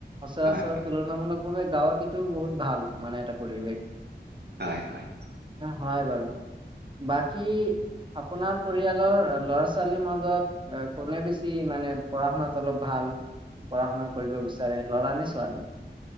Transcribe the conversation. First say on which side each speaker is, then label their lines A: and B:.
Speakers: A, on the right; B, on the right.
A: সচৰাচৰ
B: হয় হয়
A: তুলনামূলকভাবে গাঁৱততো বহুত ভাল মানে এটা পৰিৱেশ।
B: হয় হয়।
A: হয় বাৰু বাকী আপোনাৰ পৰিয়ালৰ ল'ৰা ছ। ল' ছোৱালীৰ মাজত এ' কোনে বেছি মানে পঢ়া শুনাত অলপ ভাল? পঢ়া শুনা কৰিব বিচাৰে, ল'ৰা নে ছোৱালী?